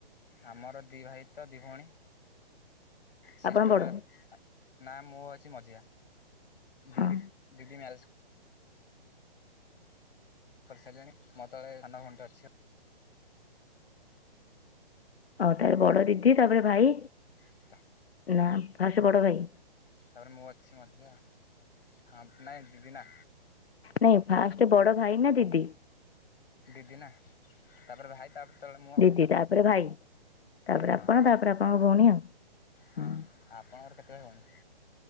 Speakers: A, on the left; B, on the left.
A: ଆମର ଦିଇ ଭାଇ ତ ଦିଇ ଭୋଉଣୀ। ସିଷ୍ଟର
B: ଆପଣ ବଡ଼?
A: ଆ ନାଁ ମୁଁ ହୋଉଚି ମଝିଆଁ।
B: ହଁ
A: ଦିଦି ଦିଦି ମ୍ୟାରେଜ କରିସାରିଲାଣି ମୋ ତଳେ ସାନ ଭଉଣୀଟେ ଅଛି ଆ।
B: ଓ ତାହାଲେ ବଡ ଦିଦି ତାପରେ ଭାଇ।
A: <unintelligible>
B: ନା ଫାଷ୍ଟେ ବଡ ଭାଇ?
A: ତାପରେ ମୁଁ ଅଛି ମଝିଆଁ ହଁ ନାଇଁ ଦିଦି ନା।
B: ନାଇଁ ଫାଷ୍ଟେ ବଡ ଭାଇ ନା ଦିଦି?
A: ଦିଦି ନା ତାପରେ ଭାଇ ତାପରେ ତଳେ ମୁଁ ଆଉ
B: ଦିଦି ତାପରେ ଭାଇ ତାପରେ
A: ହଁ
B: ଆପଣ ତାପରେ ଆପଣଙ୍କ ଭୋଉଣୀ ଆଉ
A: ହଁ
B: ହୁଁ।
A: ଆପଣଙ୍କର କେତେ ଭାଇ ଭୋଉଣୀ?